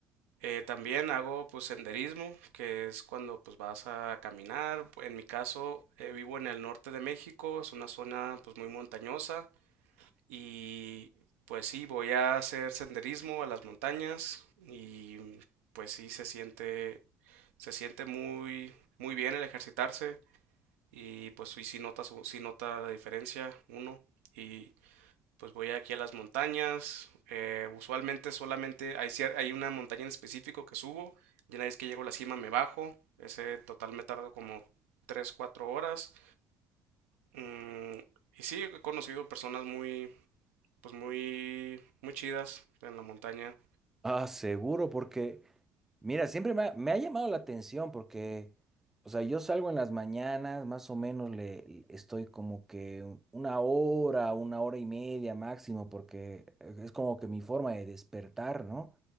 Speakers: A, on the right (about 85°); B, in the centre.
A: eh, también hago pues senderismo, que es cuando pues vas a caminar. En mi caso, eh, vivo en el norte de México, es una zona pues muy montañosa y pues sí, voy a hacer senderismo a las montañas y pues sí se siente se siente muy muy bien el ejercitarse. y pues sí, sí nota, su- sí nota la diferencia uno y pues voy aquí a las montañas, eh, usualmente solamente hay, cier- hay una montaña en específico que subo y una vez que llego a la cima me bajo, ese total me tardo como tres cuatro horas Mm, y sí, he conocido personas muy, pues muy, muy chidas en la montaña.
B: Ah, seguro, porque Mira, siempre me ha, me ha llamado la atención porque, o sea, yo salgo en las mañanas, más o menos le le- estoy como que un- una hora, una hora y media máximo, porque eh, es como que mi forma de despertar, ¿no?